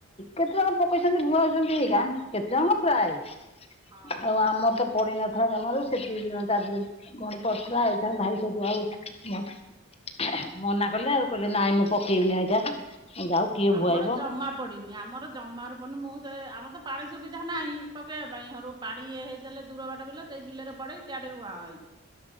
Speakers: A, on the left (about 30°); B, on the right (about 20°).
A: କେତେ ଜଣ ପକେଇଚନ୍ତି ଭୁଆଉଚନ୍ତି ହେଇିକା। କେତେ ଟଙ୍କା
B: ହଁ।
A: ପ୍ରାୟ
B: ହଁ।
A: ଆଉ ଆମ ତ ପଡିିନଥିଲା ଜମାରୁ ସେଠି ନଦା ଗଣ ପଡିଥିଲା ଏଇଶା ଭାଇ ସୁବୁ ଆଉ ମନ୍ଥ ମନା କଲେ ଆଉ କହିଲେ ନାଇଁ ମୁଁ ପକେଇବିନି ଏଇଟା ଏଇ ଯାଉ। କିଏ
B: ଆମର
A: ଭୁଆଇବ
B: ଜମା ପଡ଼ିନି ଆମର ଜମାରୁ ପଡ଼ନି ମୁଁ ସେ ଆମର ତ ପାଣି ସୁବିଧା ନାହିଁ ପକେଇବା ପାଇଁ ହାରୁ ପାଣି ଇଏ ହେଇଲେ ଦୂର ବାଟ ବିଲ ସେଇ ବିଲରେ ପଢେଇ ସେଆଡେ ରୁଆଁ ହଇ